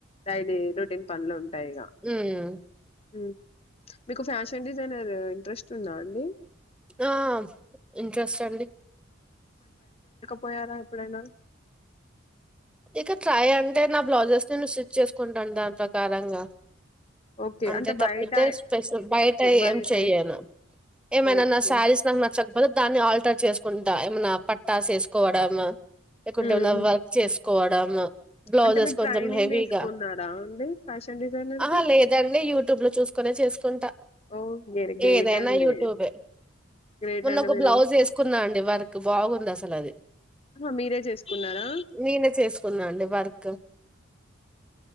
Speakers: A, on the left; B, in the centre.
A: డైలీ రొటీన్ పన్లు ఉంటాయి ఇక
B: హ్మ్.
A: ఉమ మీకు ఫ్యాషన్ డిజైనర్ ఇంట్రెస్ట్ ఉందా అండి
B: ఆ ఇంట్రెస్ట్ అండి
A: పోయార ఎప్పుడైన
B: ఇక ట్రై అంటే నా బ్లౌజెస్ నేన్ స్టిచ్చేసుకుంటాను దాని ప్రకారంగా
A: ఓకే
B: అంతే
A: అంటే
B: తప్పితే
A: బయట
B: స్పెషల్ బయట
A: బయట
B: ఏం చెయను ఏమైన
A: ఓకే
B: నా శారీస్ నాకు నాచ్చకపోతే దాన్ని ఆల్టర్ చేసుకుంటా ఏమైనా పట్టాస్ వేసుకోవడం లేకుంటే
A: హ్మ్.
B: ఏమన్న వర్క్ చేస్త కోవడంలో బ్లౌజెస్
A: అంటే మీరు
B: కొంచెం
A: ట్రైనింగ్
B: హెవీగ
A: తీసుకున్నారా అండి ఫ్యాషన్ డిజైనర్ది
B: ఆహ లేదండి యూట్యూబ్ లో చూసుకునే చేసు సుంత
A: ఓ వెరీ గ్రేట్
B: ఏదైన
A: అండి.
B: యూట్యూబే
A: గ్రేట్
B: మున్న
A: అండి
B: ఒక
A: మీరు.
B: బ్లౌజ్ వేసుకున్నా అండి వర్క్ బాగుంది అసలు అది
A: ఆహా! మీరే చేసుకున్నారా?
B: నేను తీస్కున్నాడి వర్క్